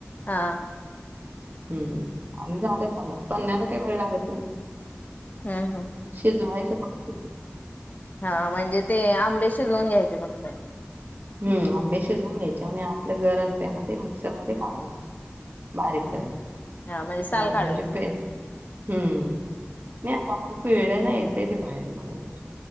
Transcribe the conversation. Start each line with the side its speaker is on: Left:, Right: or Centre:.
Left: हा
Right: हम्म आणि झालं पण पनण्या्याला काही वेळ लागत नाही
Left: हम्म हम्
Right: शिजवायचं फक्त ते.
Left: हा म्हणजे ते आंबे शिजवून घ्यायचे फक्त
Right: हम् आंबे शिजवून घ्यायचे आणि आतलं घर असतं ना ते मिक्सरमध्येध्ये काढायचं बारीक
Left: हम्
Right: करायचं
Left: हा म्हणजे साल
Right: हम् म्हणजे
Left: काढून
Right: पे हम्म नाही असं आपला पिळ ना येतंय ते बाहेर पडून.